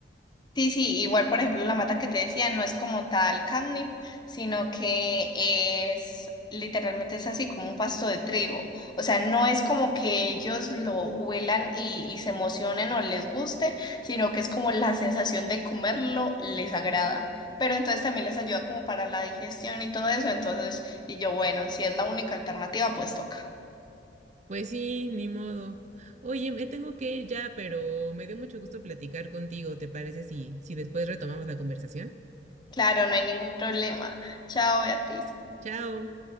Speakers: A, on the left; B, on the right.
A: Sí, sí, igual por ejemplo la mata que te decía no es como tal catnip, sino que es literalmente es así como un pasto de trigo. O sea, no es como que ellos lo huelan y, y se emocionen o les guste, sino que es como la sensación de comerlo les agrada. Pero entonces también les ayuda como para la digestión y todo eso. Entonces, y yo, bueno, si es la única alternativa, pues toca.
B: Pues sí, ni modo. Oye, me tengo que ir ya, pero me dio mucho gusto platicar contigo. ¿Te parece si, si después retomamos la conversación?
A: Claro, no hay ningún problema. Chao, Beatriz.
B: Chao.